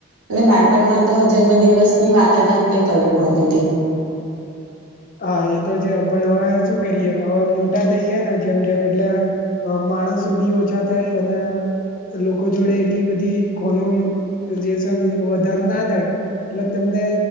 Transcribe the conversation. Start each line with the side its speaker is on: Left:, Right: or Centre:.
Right: અને બાળપણમાં તો જન્મ દિવસની વાત આમ કઈક અલગ હોતીતી
Left: હા એ તો છે, પણ અવે શું કરીએ અવે મોટા થઈ ગયા ને જેમ જેમ એટલે અ માણસો બી ઓછા થાય અને લોકો જોડે એટલી બધી કોનો જેનસ વધાર ના થાય એટલે તમને